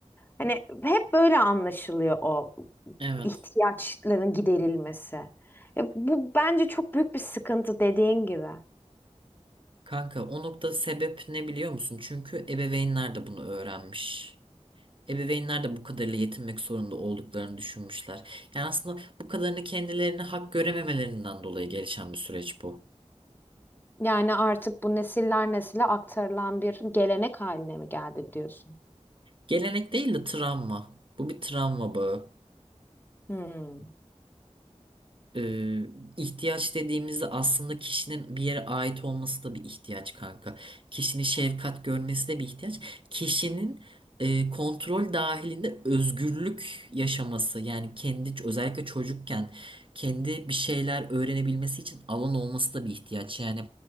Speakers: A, on the left (about 15°); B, on the right (about 45°).
A: Hani hep böyle anlaşılıyor o
B: Evet.
A: ihtiyaçların giderilmesi. E, bu bence çok büyük bir sıkıntı dediğin gibi.
B: Kanka o nokta sebep ne biliyor musun? Çünkü ebeveynler de bunu öğrenmiş. Ebeveynler de bu kadarıyla yetinmek zorunda olduklarını düşünmüşler. Yani aslında bu kadarını kendilerine hak görememelerinden dolayı gelişen bir süreç bu.
A: Yani artık bu nesiller nesile aktarılan bir gelenek haline mi geldi diyorsun?
B: Gelenek değil de travma. Bu bir travma bağı.
A: Hmm.
B: Ee, ihtiyaç dediğimizde aslında kişinin bir yere ait olması da bir ihtiyaç kanka. Kişinin şefkat görmesi de bir ihtiyaç. Kişinin e, kontrol dahilinde özgürlük yaşaması yani kendi özellikle çocukken kendi bir şeyler öğrenebilmesi için alan olması da bir ihtiyaç. Yani